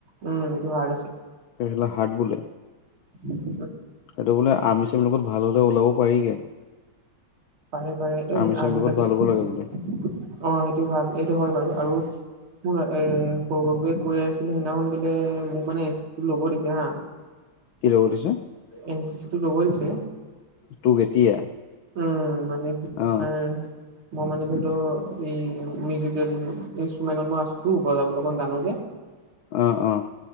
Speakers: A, on the right; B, on the left.
A: উম এইটো হাৰ্ড আছে
B: লে হাট বোলে।
A: উম
B: সেইটো বোলে আমৰিচামিৰ লগত ভাল হলে ওলাব পাৰিগে
A: পাৰে পাৰে এই
B: আৰ্মি চাৰ্মিৰ
A: আজিকালি
B: লগত ভাল হ'ব
A: অ
B: লাগে বোলে
A: সেইটো ভাল এইটো হয় বাৰু আৰু
B: উ
A: মোৰ এ সৰুভৱে কৈ আছিলে সেইদিনাখন বোলে মোক মানে ল'ব দিছে হা
B: কি <unintelligible> কৰি দিছে?
A: এন চি চি টো ল'ব দিছে।
B: তোক এতিয়া
A: উম আনে উম,
B: অ
A: মই মানে ধৰি লও এই মিউজিকেল ইনষ্ট্ৰুমেন্টত মই আছোতো বজাবলৈ অকন জানো যে,
B: অ, অ,